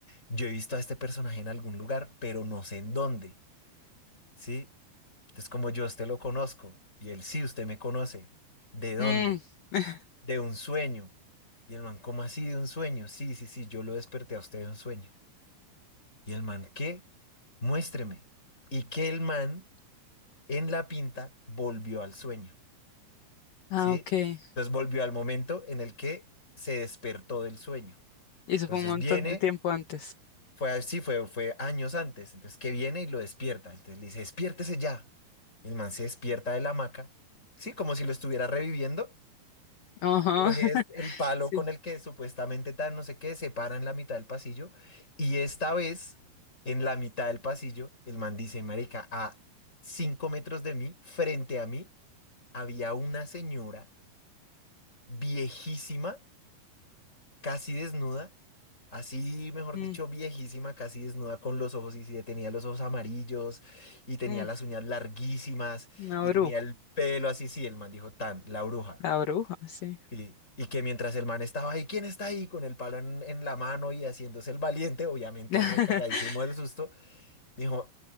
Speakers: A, on the left; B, on the left.
A: yo he visto a este personaje en algún lugar, pero no sé en dónde, ¿sí? Entonces, como yo a usted lo conozco, y él, sí, usted me conoce, ¿de dónde?
B: Mm. <laughs>
A: de un sueño. Y el man, ¿cómo así de un sueño? Sí, sí, sí, yo lo desperté a usted de un sueño. Y el man, ¿qué? Muéstreme. Y que el man en la pinta volvió al sueño,
B: Ah,
A: ¿sí?
B: ok. Y
A: Entonces volvió al momento en el que se despertó del sueño.
B: eso
A: Entonces
B: fue un montón
A: viene,
B: de tiempo antes.
A: fue así, fue, fue años antes. Entonces que viene y lo despierta. Entonces le dice, despiértese ya. Y el man se despierta de la hamaca, ¿sí? Como si lo estuviera reviviendo
B: Ajá.
A: Coges
B: <laughs>
A: el palo
B: Sí.
A: con el que supuestamente tan no sé qué, se para en la mitad del pasillo y esta vez en la mitad del pasillo el man dice, marica, a cinco metros de mí, frente a mí, había una señora viejísima, casi desnuda, así, mejor
B: Mm,
A: dicho, viejísima, casi desnuda con los ojos y sí, tenía los ojos amarillos y tenía
B: mm.
A: las uñas larguísimas
B: Una
A: y
B: bruja.
A: tenía el pelo así, sí, el man dijo, tan, la bruja.
B: La bruja, sí.
A: Sí, Y que mientras el man estaba ahí, ¿quién está ahí? Con el palo en, en la mano y haciéndose el valiente, obviamente
B: <laughs>
A: recagadísimo del susto, dijo,